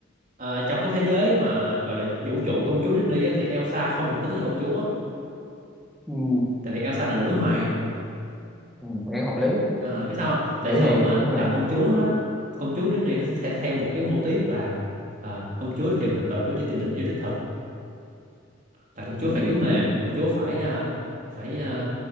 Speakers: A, on the right; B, in the centre.
A: ờ, trong cái thế giới mà gọi là vũ trụ công chúa Disney á, thì Elsa không được tính là công chúa
B: ừ,
A: tại vì Elsa là nữ hoàng
B: ừ, nghe hợp lý
A: Ờ, biết sao không? tại
B: nữ
A: thường
B: hàng
A: á
B: nữ hoàng
A: là công chúa nó công chúa Disney nó sẽ theo một cái mô típ là ờ, công chúa đi tìm hoàng tử đi tìm tình yêu đích thực là công chúa
B: ừ,
A: phải yếu mềm công chúa phải ờ, phải ờ,